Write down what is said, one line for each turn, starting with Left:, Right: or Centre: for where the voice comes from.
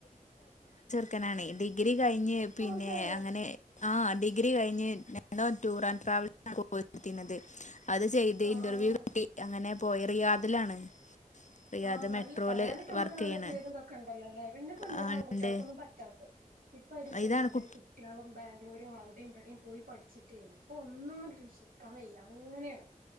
Left: ക്ക്നാണെ ഡിഗ്രി കഴിഞ്ഞ് പിന്നെ...
Right: അതെ
Left: യങ്ങനേ.... ഡിഗ്രി കഴിഞ് നോ ടൂർ <inaudible> ആൻഡറ് ട്രാവൽത്തിുന്നത് അത് ചെയ്ത്
Right: ആഹ്
Left: ഇന്റർവ്യൂ
Right: ആഹ്
Left: കിട്ടി അങ്ങനെ പോയി റിയാദിലാണ് റിയാദ്
Right: ആഹ് നല്ല
Left: മെട്രോയില്
Right: പറയാനൊക്കെ ഞമ്മക്ക്
Left: വർക്ക്
Right: നല്ല
Left: ചെയ്യണ്
Right: പേരുംതൊക്കെണ്ടല്ലോലെ.. പിന്നെപ്പെന്തണാവോ
Left: ആ,
Right: കുട്ട്യാൾക്കൊന്നും
Left: ഉണ്ട്
Right: പറ്റാത്തത് ഇപ്പയ്ന് കൂടുതല്
Left: ഇതാണ് കുട്ടി
Right: കുട്ട്യാളും ബാ.. എല്ലോരും അവിഡിം ഇവിഡിം പോയി പഠിച്ചിട്ടേ ഇപ്പൊന്നൊങ്ങട്ട് വിശ്വസിക്കാൻ വയ്യ അങ്ങനാണേ....